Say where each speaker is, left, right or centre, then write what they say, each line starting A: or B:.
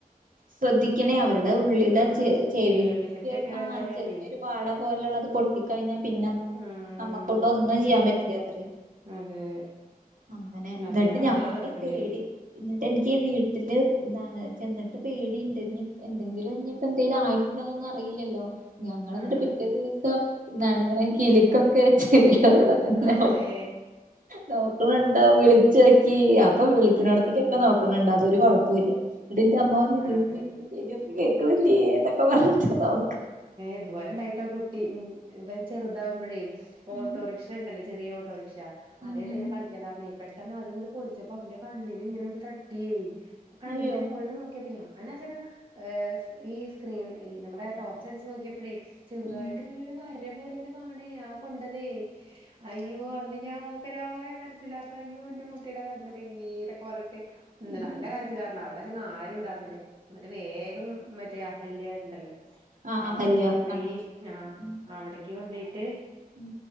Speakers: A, on the right; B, on the right.
A: ശ്രദ്ധിക്കണേ അവരുടെ ഉള്ളിലാ
B: ആഹ്
A: ചെ ചെവി
B: കേൾവി ശക്തിയൊക്കെ
A: ആഹ്
B: ഇതായാലേ
A: ചെറിയൊരു പാട പോലുള്ളത് പൊട്ടിക്കഴിഞ്ഞാ
B: ഉം
A: പിന്നെ
B: ആഹ്
A: നമ്മക്കൊണ്ട് ഒന്നും ചെയ്യാൻ
B: അതെ
A: പറ്റ് യാത്രി
B: അതെ
A: അങ്ങനെ എന്നിട്ട്
B: അതെ അതായിട്ട്
A: ഞങ്ങൾക്ക്
B: നടക്കേണ്ടി
A: പേടി
B: വരും
A: എന്നിട്ട് എനിക്ക് വീട് ട്ടില് എന്താണ് ചെന്നിട്ട് പേടിണ്ട് ഇനി എന്തെങ്കിലും ഇഞ്ഞിപ്പോ എന്തേലും ആയിട്ടുണ്ടോന്നൊന്നും അറിയില്ലല്ലോ ഞങ്ങളന്നിട്ട്
B: ആഹ്
A: പിറ്റേ ദിവസം ന്നാണ് കിലുക്കം ക്കെ ശെരിയാ അവിടെനിന്നാളീം
B: അതെ
A: നോക്കണണ്ടോ വിളി ച്ചോക്കി അപ്പൊ വിളിക്കിനോടത്തേക്കൊക്കെ
B: ആഹ്
A: നോക്കണണ്ട് അതൊരു കുഴപ്പൂല്ല. ഇടിന്റെ അമ്മ <unintelligible>
B: ആഹ് അതെ
A: ചെവിയൊക്കെ കേക്കിണില്ലേ എന്നൊക്ക പറഞ്ഞിട്ട് നോക്ക
B: ഇതുപോലെ ഇണ്ടായിട്ടാ കുട്ടി ഉം ഇവൻ ചെറുതാവുമ്പോഴേ ഓട്ടോറിക്ഷ
A: ഉം
B: ഇണ്ടല്ലേ ചെറിയ ഓട്ടോറിക്ഷ അതായിട്ട്
A: ഉം ഉം
B: ഇങ്ങെനെ കളി ക്കിനാർന്നെ പെട്ടെന്ന് അത്ങ്ങട്ട് പൊളിച്ചപ്പോ അവന്റെ കണ്ണിലിങ്ങനെ തട്ടിയേ അപ്പൊ കണ്ണിന്റെ
A: അയ്യോ
B: മോള് നോ ക്കിയപ്പോ ഞാനാച്ചയിങ്ങനെഏഹ് ഈ സ്ക്രീനിൽ ഈ നമ്മടെ ടോർച്ച് അടിച്ചു നോക്കിയ പ്പഴെ ചെറുതായിട്ടിങ്ങനെരു
A: ഉം
B: വര പോലെങ്ങനെ കാണെ ആ കൊണ്ടതേ അയ്യോ അന്ന് ഞാൻ ഭയങ്കരാ കരച്ചിലാർത്ത അയ്യോ എന്റെ കുട്ടിയുടെ കണ്ണ് ദേവീ ഇതക്കെ പറഞ്ഞിട്ട് അന്ന്
A: ഉം
B: നല്ല
A: ഉം.
B: കര ച്ചലാർന്നു അവളാച്ചങ്ങ് ആരും ഉണ്ടായിർന്നില്ല എന്നിട്ട് വേഗം മറ്റേഹല്യാരുണ്ടല്ലോ
A: ആ
B: അവിടക്ക്
A: ഹല്യ
B: കൊണ്ടോയി
A: കണ്ണാശ
B: നാ
A: ഉം
B: അവിടക്ക് കൊണ്ടോയിട്ട്
A: ഉം